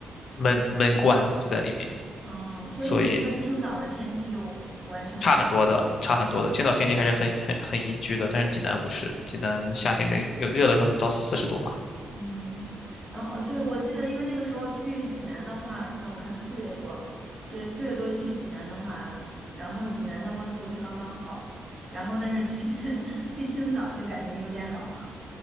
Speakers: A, on the left; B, on the right.
A: 闷闷罐子就在里面，
B: 哦，所以你们跟青岛的天气就完全不太
A: 所以差很多的，差很多的。
B: 不太一样。
A: 青岛天气还是很很很宜居的，但是济南不是，济南夏天得有热的时候能到四十度吧。
B: 嗯，然后呃，对，我记得，因为那个时候去济南的话，让我看四月多，对，四月多去济南的话，然后济南的温度就刚刚好，然后但是去 <laughs> 去青岛就感觉有点冷了。